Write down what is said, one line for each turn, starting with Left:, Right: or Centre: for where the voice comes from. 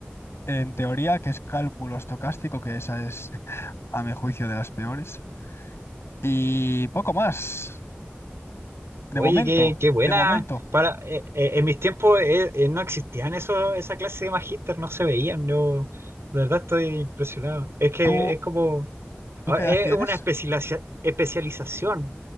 Left: en teoría, que es cálculo estocástico, que esa es, <laughs> a mi juicio, de las peores. Y poco más,
Right: Oye,
Left: de momento,
Right: qué, qué buena.
Left: de momento.
Right: Para, eh, eh, en mis tiempos eh, eh, no existían eso, esa clase de magíster, no se veían. Yo, de verdad, estoy impresionado. Es que
Left: ¿Tú,
Right: es como,
Left: tú
Right: ahora,
Left: qué edad
Right: es
Left: tienes?
Right: una especializa- especialización.